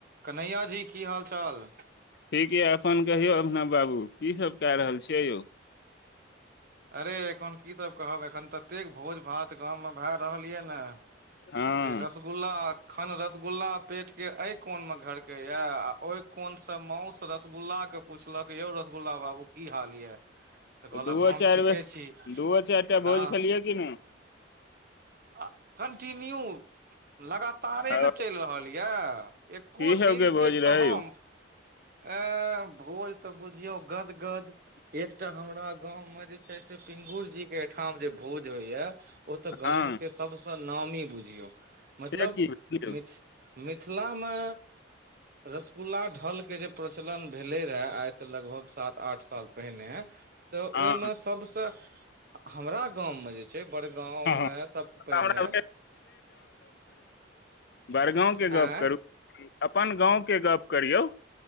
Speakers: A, on the right (about 50°); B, on the left (about 55°).
A: कन्हैया जी की हालचाल
B: ठीक यइ अपन कहियौ अभिनव बाबू की सब कए रहल छियै यौ
A: अरे एखन की सब कहब एखन ततेक भोज भात गाममे भए रहल यऽ न
B: हँ
A: से रसगुल्ला खन रसगुल्ला पेट के ए कोन मे घर के ये आ ओय कोन से माउस रसगुल्ला के पूछलक यौ रसगुल्ला बाबू की हाल यै तऽ कहलक
B: दूओ
A: हम
B: चारि
A: ठीके
B: बेर
A: छी
B: दूओ चारि टा भोज
A: अ
B: खेलियै कि नहि
A: आ कन्टिन्यू लगातारे
B: आ
A: ने चलि रहल यऽ एको
B: की सबके
A: दिनके
B: भोज
A: कहम
B: रहै यौ
A: ए भोज तऽ बुझियौ गदगद एकटा हमरा गाँंव मे जे छैय से पिंगुर जी के ओठाम जे भोज होय य ओ ते गाम
B: हँ
A: के सब स नामी बुझियौ मतलब
B: से की
A: मिथ
B: यौ
A: मित मिथिला मऽ रसगुल्ला ढल के जे प्रचलन भेले रहे आइ से लगभग सात आठ साल पहिनेै तऽ
B: हँ
A: ओहिमे सबस हमरा गाँव मे जे जे बड़गाँव
B: हँ
A: मे सबसँ पहिने
B: हमरा बड़गाँवके गप
A: आँय
B: करू अपन गाँवके गप करियौ